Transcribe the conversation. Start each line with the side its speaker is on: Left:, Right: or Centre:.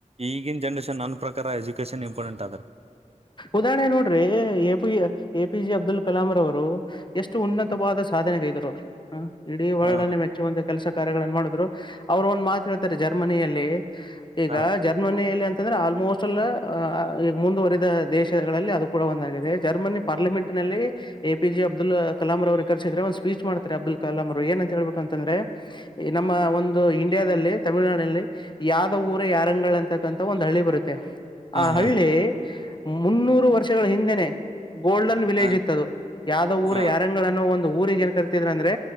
Right: ಈಗಿನ ಜನ್ರೇಷನ್ ನನ್ ಪ್ರಕಾರ ಎಜುಕೇಶನ್ ಇಂಪಾರ್ಟೆಂಟ್ ಆದ್ರೆ
Left: ಉದಾಹರಣೆ ನೋಡ್ರಿ A P A P J Abdul Kalam ರವರು ಎಷ್ಟು ಉನ್ನತವಾದ ಸಾಧನೆಗೈದರು ಅವರು ಹ ಇಡೀ ವರ್ಡ್
Right: ಹಾ
Left: ಅಲ್ಲಿೇ ಮೆಚ್ಚುವಂತ ಕೆಲಸ ಕಾರ್ಯಗಳನ್ನು ಮಾಡಿದ್ರು ಅವ್ರು ಒಂದ್ ಮಾತ ಜರ್ಮನಿಯಲ್ಲಿ ಈಗ
Right: ಹಾ
Left: ಜರ್ಮನಿಯಲ್ಲಿ ಅಂತಂದ್ರೆ ಆಲ್ಮೋಸ್ಟ್ ಎಲ್ಲ ಈಗ ಮುಂದುವರೆ ದೇಶಗಳಲ್ಲಿ ಅದು ಕೂಡ ಒಂದಾಗಿದೆ ಜರ್ಮನಿ ಪಾರ್ಲಿಮೆಂಟ್ ನಲ್ಲಿ ಎಪಿ ಜೆ ಅಬ್ದುಲ್ ಕಲಾಂ ರ ಅವ ಕರ್ ್ರೆ ಒಂದು ಸ್ಪೀಚ್ ಮಾಡ್ತಾರೆ ಅಬ್ದುಲ್ ಕಲಾಂರು ಏನ್ಂತ ಹೇಳ್ಬಿು ಅಂತಂದ್ರೆ ನಮ್ಮ ಒಂದು ಇಂಡಿಯಾದಲ್ಲಿ ತಮಿಳ ತಮಿಳಳ್ನಾಡಿನಲ್ಲಿ ಯಾವ ಊರ ಯಾರಂಗಳ ಅಂತಕ್ಕಂಥ ಒಂದ್ ಹಳ್ಳಿ ಬರುತ್ತೆ
Right: ಹಾ
Left: ಆ ಹಳ್ಳಿ
Right: ರೀ
Left: ಮುನ್ನೂರು ವರ್ಷಗಳ ಹಿಂದೆನೆ ಗೋಲ್ಡನ್ ವಿಲೇಜ್
Right: ಹಾ
Left: ಇತ್ತದು ಯಾವ್ದ ಊರ
Right: ಹಾ
Left: ಯಾರಂಗ ಅನ್ನೋ ಒಂದು ಊರಿಗೆ ಏನ್ ಕರಿತಿದ್ರ ಅಂದ್ರೆ